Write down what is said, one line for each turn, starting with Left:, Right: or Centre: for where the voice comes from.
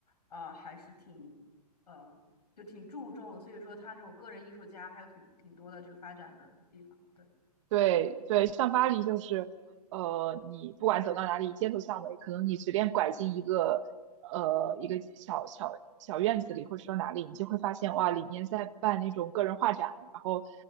Left: 啊，还是挺呃就挺注重的，所以说他这种个人艺术家还有挺挺多的这个发展的地方，对。
Right: 对对，像巴黎就是，呃，你不管走到哪里，街头巷尾，可能你随便拐进一个，呃，一个小小小院子里，或者说哪里，你就会发现，哇，里面在办那种个人画展。然后，